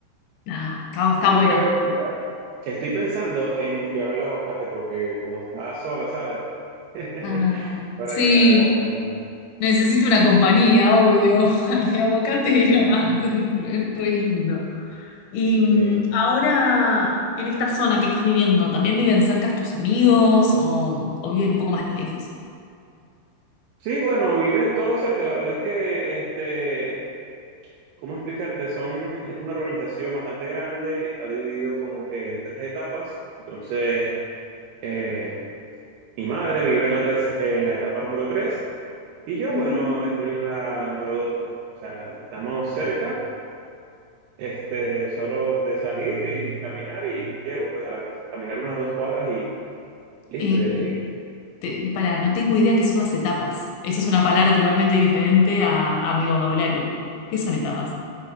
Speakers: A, on the left; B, on the right.
A: No, está,
B: Y
A: está
B: Siempre
A: bueno.
B: la voy a visitar. Estoy pensando en llevarla a aguacate porque como está sola, ¿sabes? <laughs>
A: Ah,
B: Para
A: sí,
B: que le haga compañía.
A: necesito una compañía, obvio. <laughs> Y aguacate
B: Sí,
A: es lo más, es, es re lindo. Y mm,
B: sí.
A: ahora, en esta zona que estás viviendo, ¿también viven cerca tus amigos o, o viven un poco más lejos?
B: Sí, bueno, viven todos cerca. La verdad es que, este, ¿cómo explicarte? Son, es una urbanización bastante grande, está dividido como que en tres etapas. Entonces, eh, mi madre vive en la, terc- en la etapa número tres y yo,
A: Ujú.
B: bueno, estoy en la número dos, pues. O sea, estamos cerca, Este, solo de salir y caminar y llego pues a la casa. Caminar unas dos cuadras y listo,
A: Eh,
B: ya llegué.
A: te- pará, no tengo idea qué son las etapas. Eso es una palabra totalmente diferente a, a mi vocabulario. ¿Qué son etapas?